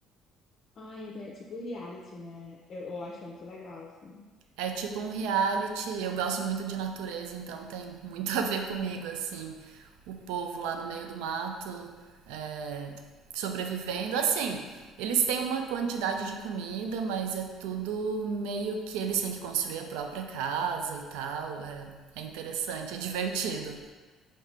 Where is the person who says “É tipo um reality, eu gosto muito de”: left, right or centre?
Right